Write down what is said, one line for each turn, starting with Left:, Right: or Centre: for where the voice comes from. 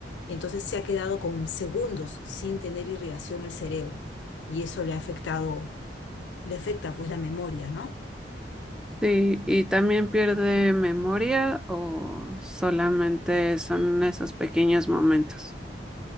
Left: entonces se ha quedado con segundos sin tener irrigación el cerebro y eso le ha afectado, le afecta pues la memoria, ¿no?
Centre: Sí, ¿y también pierde memoria o solamente son esos pequeños momentos?